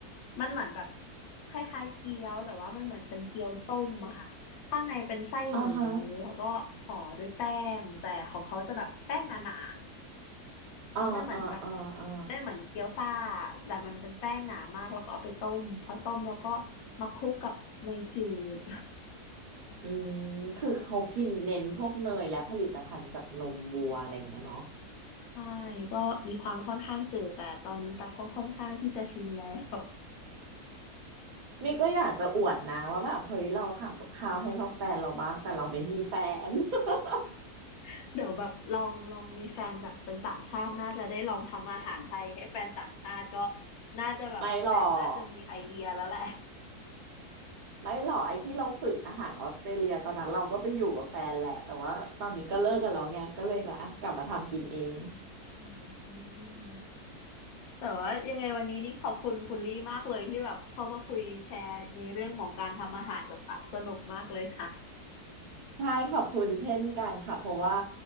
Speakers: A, on the left (about 70°); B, on the right (about 50°).
A: มันเหมือนแบบคล้ายๆเกี๊ยวแต่ว่ามันเหมือนเป็นเกี๊ยวต้มอะค่ะข้างในเป็นไส้หมู
B: อ่าฮะ
A: แล้วก็ห่อด้วยแป้งแต่ของเขาจะแบบแป้งหนาๆไม่เหมือนแบบ
B: อ่าอ่าอ่าอ่า
A: ไม่เหมือนเกี๊ยวซ่าแต่มันเป็นแป้งหนามากแล้วก็เอาไปต้มพอต้มแล้วก็มาคลุกกับเนยจืด
B: อืมคือเขากินเน้นพวกเนยและผลิตภัณฑ์จากนมวัวอะไรอย่างเงี้ยเนาะ
A: ใช่ก็มีความค่อนข้างจืดแต่ตอนนี้ตักก็ค่อนข้างที่จะชินแล้ว
B: นี่ก็อยากจะอวดนะว่าแบบเฮ้ยเราทำกับข้าวให้เราแฟนเราบ้างแต่เราไม่มีแฟน <laughs>
A: <laughs> เดี๋ยวแบบลองลองมีแฟนแบบเป็นต่างชาติน่าจะได้ลองทำอาหารไทยให้แฟนต่างชาติก็น่าจะแบบแฟนน่าจะมีไอเดียแล้วแหละ
B: ไม่หรอกไม่หรอกไอ้ที่เราฝึกอาหารออสเตรเลียตอนนั้นเราก็ไปอยู่กับแฟนแหละแต่ว่าตอนนี้ก็เลิกกันแล้วไงก็เลยแบบอ่ะกลับมาทำกินเอง
A: <laughs> อืมแต่ว่ายังไงวันนี้นี่ขอบคุณคุณลี่มากเลยที่แบบเข้ามาคุยแชร์ในเรื่องของการทำอาหารกับตักสนุกมากเลยค่ะ
B: ใช่ขอบคุณเช่นกันค่ะเพราะว่า